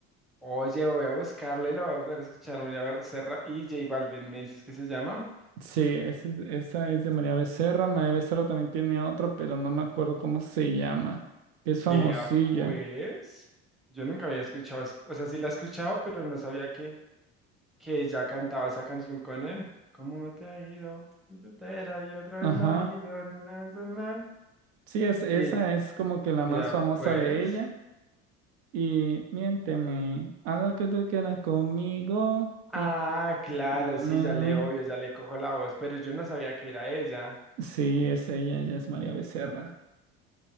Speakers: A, in the centre; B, on the right (about 80°).
A: Oye, voy a buscarle, lo voy a volver a escuchar, María Becerra y J Balvin, me dices que se llama.
B: Sí, esa, es- esa es de María Becerra. María Becerra también tiene otra, pero no me acuerdo cómo se llama, que es famosilla.
A: Vea, pues, yo nunca había escuchado, es- o sea, sí la escuchaba, pero no sabía que, que ella cantaba esa canción con él. ¿Cómo te ha ido? Soltera y otra vez
B: Ajá.
A: marido, na, na, na, na.
B: Sí, es, esa
A: Y él-
B: es como que la más
A: vea,
B: famosa
A: pues,
B: de ella. Y miénteme, haz lo que tú quieras conmigo.
A: ah,
B: ti, ti,
A: claro,
B: mi- na,
A: sí,
B: na,
A: ya
B: na.
A: le obvio, ya le cojo la voz, pero yo no sabía que era ella.
B: Sí, es ella, ella es María Becerra.